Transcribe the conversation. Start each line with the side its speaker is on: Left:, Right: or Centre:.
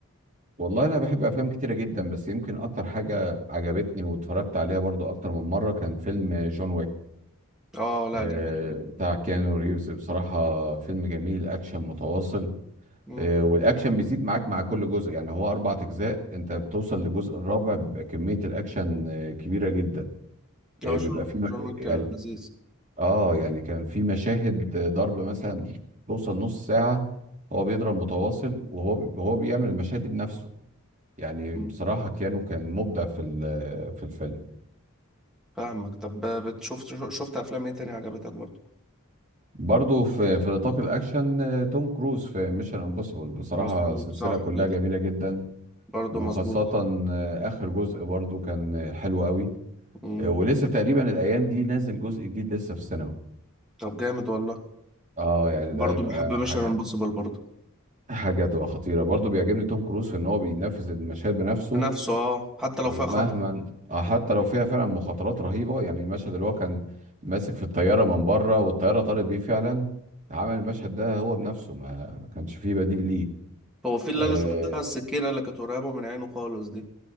Right: والله أنا بحب أفلام كتيرة جدا بس يمكن أكتر حاجة عجبتني واتفرجت عليها برضو أكتر من مرة كان فيلم جون ويك
Centre: اه لا
Right: آه،
Centre: جميل
Right: بتاع كيانو ريفز بصراحة فيلم جميل أكشن متواصل
Centre: مم.
Right: آه، والأكشن بيزيد معاك مع كل جزء يعني هو أربع أجزاء أنت بتوصل للجزء الرابع بيبقى كمية الأكشن آه، كبيرة جدا
Centre: لا
Right: آه، بيبقى
Centre: جون
Right: في م-
Centre: جون
Right: يعني
Centre: ويك لذيذ
Right: آه يعني كان في مشاهد ضرب مثلا توصل نص ساعة هو بيضرب متواصل وهو هو بيعمل المشاهد دي بنفسه يعني
Centre: مم.
Right: بصراحة كيانو كان مبدع في ال- في الفيلم
Centre: فاهمك طب بتشوف شفت أفلام ايه تاني عجبتك برضه؟
Right: برضه في في نطاق الاكشن آه، توم كروز في ميشن امبوسيبل بصراحه
Centre: مظبوط
Right: سلسله
Centre: صح
Right: كلها
Centre: جدا
Right: جميله جدا
Centre: برضه
Right: وخاصه
Centre: مظبوط
Right: آه، اخر جزء برضه كان آه، حلو قوي
Centre: مم.
Right: آه، ولسه تقريبا الايام دي نازل جزء جديد لسه في السينما
Centre: طب جامد والله
Right: اه يعني
Centre: برضه
Right: ده يبقى
Centre: بحب ميشن
Right: حاجه
Centre: امبوسيبل برضه
Right: حاجه تبقى خطيره برضه بيعجبني توم كروز في ان هو بينفذ المشاهد بنفسه
Centre: نفسه اه حتى
Right: ومهما
Centre: لو فيها خطر
Right: آه، حتى لو فيها فعلا مخاطرات رهيبه يعني المشهد اللي هو كان ماسك في الطياره من بره والطياره طارت بيه فعلا عمل المشهد ده هو بنفسه ما كانش فيه بديل ليه
Centre: هو في اللي
Right: اه
Centre: انا شفتها السكينه اللي كانت قريبه من عينه خالص دي